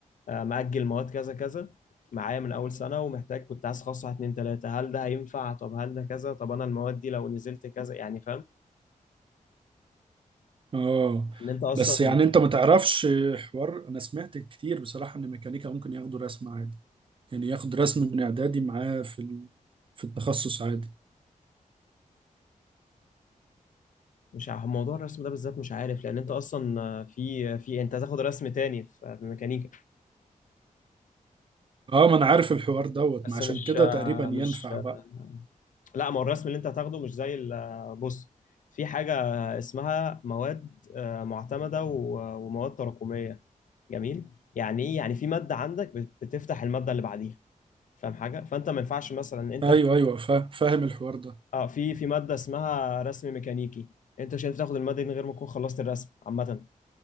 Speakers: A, on the left; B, on the right.
A: آه، مأجل مواد كذا كذا معايا من أول سنة ومحتاج كنت عايز أخصص واحد اتنين تلاتة هل ده هينفع طب هل ده كذا طب أنا المواد دي لو نزلت كذا يعني فاهم
B: آه.
A: إن أنت أصلا
B: بس يعني انت ما تعرفش حوار انا سمعت كتير بصراحة ان ميكانيكا ممكن ياخدوا رسم عادي يعني ياخد رسم من اعدادي معاه في ال... في التخصص عادي
A: مش عارف موضوع الرسم ده بالذات مش عارف لأن أنت أصلا آه، في في أنت هتاخد رسم تاني في في ميكانيكا
B: اه ما انا عارف الحوار دوت
A: بس
B: ما عشان
A: مش
B: كده
A: آه،
B: تقريبا
A: مش
B: ينفع
A: آه،
B: بقى
A: لا ما هو الرسم اللي أنت هتاخده مش زي ال- آه، بص في حاجة اسمها مواد آه، معتمدة و- ومواد تراكمية جميل يعني إيه يعني في مادة عندك بت- بتفتح المادة اللي بعديها فاهم حاجه فانت ما ينفعش مثلا انت
B: ايوه
A: في
B: ايوه فا- فاهم الحوار ده
A: اه في في ماده اسمها رسم ميكانيكي انت مش هينفع تاخد الماده دي من غير ما تكون خلصت الرسم عامه